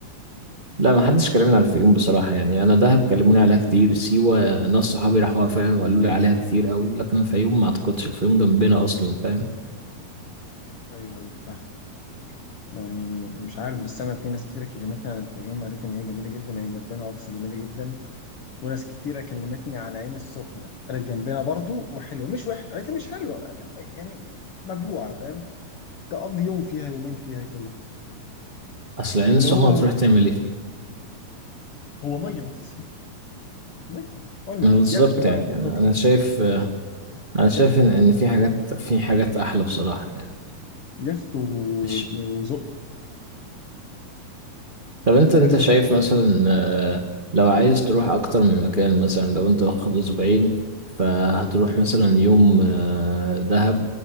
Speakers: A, on the right; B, on the left.
A: لا ما حدش كلمني عن الفيوم بصراحة يعني أنا دهب كلموني عليها كتير سيوة ناس صحابي راحوها فعلا وقالوا لي عليها كتير قوي لكن الفيوم ما أعتقدش الفيوم جنبنا أصلا فاهم
B: ايوه ايوه فاهم يعني مش عارف بس انا في ناس كتيره كلمتني عن الفيوم قالت لي ان هي جميله جدا هي جنبنا اه بس جميله جدا وناس كتيره كلمتني على عين السخنه قالت جنبنا برضو وحلوه مش وحش قالت لي مش حلوه قالت لي يعني مبلوعه فاهم تقضي يوم فيها يومين فيها كده
A: أصل العين
B: اللي
A: السخنة
B: هو
A: تروح تعمل إيه فيها
B: هو ميه بس ميه اونلي
A: ما بالظبط
B: يخت بقى
A: يعني
B: وتطلع
A: أنا أنا شايف أنا شايف
B: يخت وخلاص
A: إن إن في حاجات في حاجات أحلى بصراحة يعني
B: يخت و-
A: مش
B: وزق
A: طب انت انت
B: يخت
A: شايف
B: وخلاص
A: مثلا آه، لو عايز تروح اكتر من مكان مثلا لو انت واخد اسبوعين فهتروح مثلا يوم آه، دهب